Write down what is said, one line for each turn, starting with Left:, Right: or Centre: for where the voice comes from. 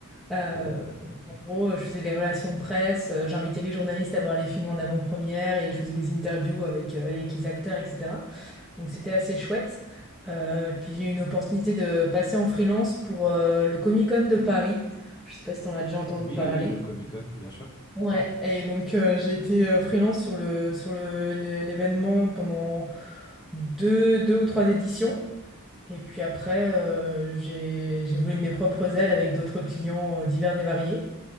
Centre: Euh,
Left: Oh.
Centre: donc, en gros, je faisais les relations presse, euh, j'invitais les journalistes à voir les films en avant-première et je faisais les interviews avec, euh, avec les acteurs, etc. Donc c'était assez chouette. Euh, et puis j'ai eu une opportunité de passer en freelance pour, heu, le Comic-Con de Paris. Je sais pas si tu en as déjà entendu
Left: Oui,
Centre: parler?
Left: oui, oui, le
Centre: Mmh.
Left: Comic-Con, bien sûr.
Centre: Ouais et donc heu, j'ai été, heu, freelance sur le sur le l'é l'événement pendant deux deux ou 3 éditions et puis après, heu, j'ai j'ai volé de mes propres ailes avec d'autres clients, heu, divers et variés.